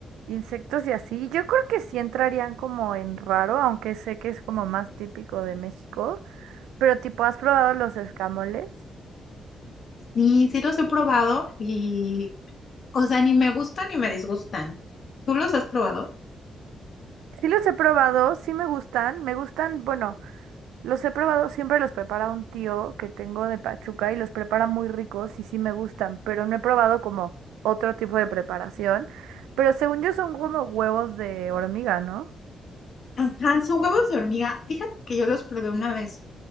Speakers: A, on the right (about 85°); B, on the left (about 60°).
A: insectos y así, yo creo que sí entrarían como en raro, aunque sé que es como más típico de México, pero tipo, ¿has probado los escamoles?
B: Sí, sí los he probado y, o sea, ni me gustan ni me disgustan. ¿Tú los has probado?
A: Sí los he probado, sí me gustan, me gustan, bueno. Los he probado, siempre los prepara un tío que tengo de Pachuca y los prepara muy ricos y sí me gustan, pero no he probado como otro tipo de preparación. Pero según yo son como huevos de hormiga, ¿no?
B: Ajá, son huevos de hormiga. Fíjate que yo los probé una vez.